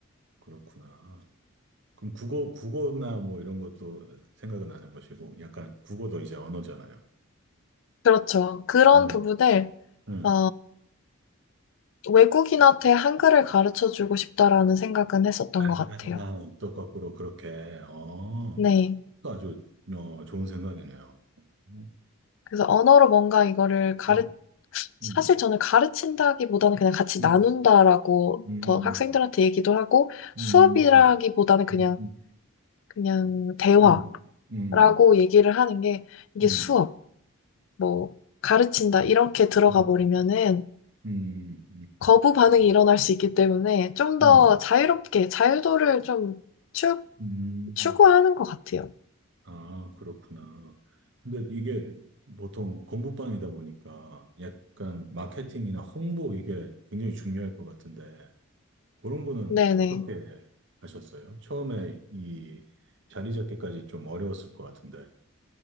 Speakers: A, on the right; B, on the left.
A: 그렇구나. 그럼 국어, 국어나 뭐 이런 것도 생각은 안 해보시고 약간 국어도 이제 언어잖아요.
B: 그렇죠. 그런
A: 응,
B: 부분을
A: 응.
B: 어, 외국인한테 한글을 가르쳐 주고 싶다라는 생각은 했었던
A: 아,
B: 것 같아요.
A: 또 거꾸로 그렇게, 어,
B: 네.
A: 또 아주, 어, 좋은 생각이네요. 음,
B: 그래서 언어로 뭔가 이거를 가르,
A: 음,
B: 사실
A: 음,
B: 저는 가르친다기보다는 그냥 같이
A: 음,
B: 나눈다라고
A: 음,
B: 더 학생들한테 얘기도 하고
A: 음,
B: 수업이라기보다는
A: 음,
B: 그냥,
A: 음, 음,
B: 그냥 대화라고
A: 음, 음, 음, 음,
B: 얘기를 하는 게 이게
A: 음,
B: 수업, 뭐, 가르친다 이렇게 들어가
A: 음,
B: 버리면은
A: 음,
B: 거부 반응이 일어날 수 있기 때문에 좀
A: 네,
B: 더
A: 네.
B: 자유롭게 자유도를 좀 추,
A: 음,
B: 추구하는 것 같아요.
A: 아, 그렇구나. 근데 이게 보통 공부방이다 보니까 약간 마케팅이나 홍보 이게 굉장히 중요할 것 같은데, 그런 거는
B: 네네.
A: 어떻게 하셨어요? 처음에 이 자리 잡기까지 좀 어려웠을 것 같은데.